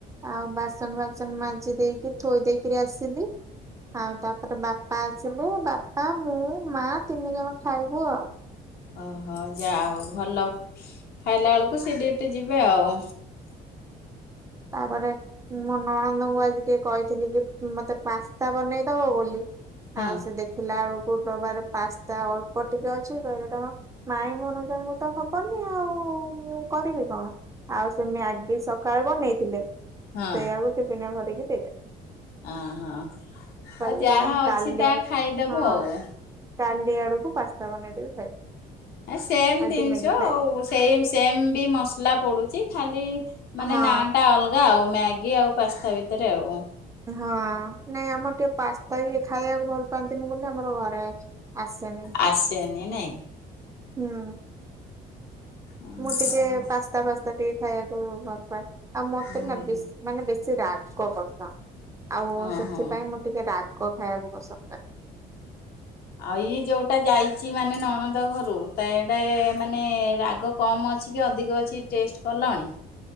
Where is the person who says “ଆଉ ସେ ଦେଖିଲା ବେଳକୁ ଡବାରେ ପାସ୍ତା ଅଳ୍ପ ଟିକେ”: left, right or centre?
Right